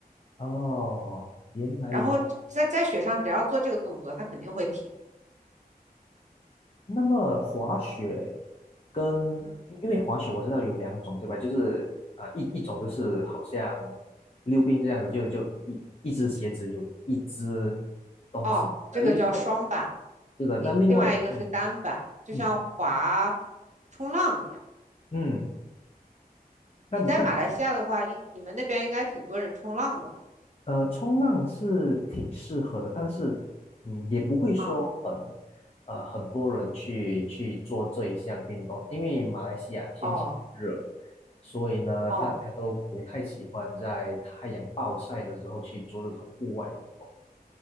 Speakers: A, on the left; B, on the right.
A: 哦，原来如
B: 然后在在雪上，只要做这个动作，它肯定会停。
A: 那么滑雪跟因因为滑雪我知道有两种，
B: 嗯
A: 对吧？就是呃一一种就是好像溜冰这样子，就就一一只鞋子有一只东西。
B: 哦，这个叫双板，
A: 那另外是的，
B: 一另外一个是单板，
A: 那另外一个，
B: 就像滑
A: 嗯
B: 冲浪一样。
A: 嗯，那那
B: 你在马来西亚的话，应你们那边应该挺多人冲浪的吧？
A: 呃，冲浪是挺适合的，但是，嗯，也不会说很，
B: 啊、
A: 呃，很多人去去做这一项运动，因为马来西亚天气热，
B: 哦。
A: 所以呢，
B: 哦，
A: 大家都不太喜欢在太阳暴晒的时候去做这种户外活动。